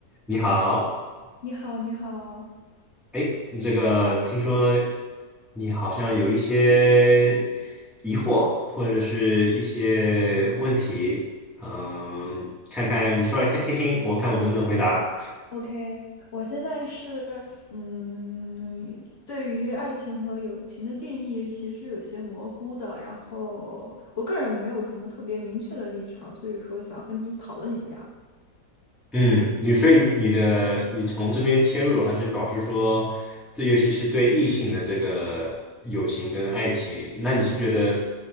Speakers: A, in the centre; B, on the left.
A: 你好，
B: 你好，你好
A: 哎，这个听说你好像有一些疑惑或者是一些问题，嗯，看看你说来看听听，我看我能不能回答。
B: ，OK，我现在是，嗯，对于爱情和友情的定义其实有些模糊的，然后我个人没有什么特别明确的立场，所以说想和你讨论一下。
A: 嗯，你所以你你的你从这边切入，还是表示说，这尤其是对异性的这个友情跟爱情，那你是觉得